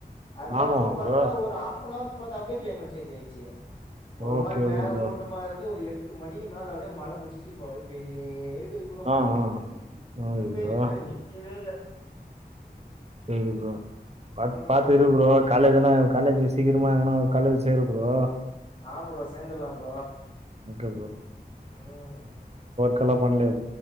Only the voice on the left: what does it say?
அதுக்கப்புறமா
பாத்தா
ஒரு ஆஃப் அன் ஹவர்ல பாத்த அப்டியே கிளைமேட் சேஞ் சேன்ஜ் ஆயிடுச்சி ஒரு
மாரி மேகமூட்டமா
இருந்து ஒரு எட்டு எட்டு மணிக்கு மேல அப்டியே மழ புடிசிட்சி இப்ப அப்டியே பேஞ்சினேக் க்குது ப்ரோ
இன்னு
பேஞ்சினுக்குது நிக்கவே இல்ல
ம்
ஆ ப்ரோ சேந்துல்லாம் ப்ரோ
உம்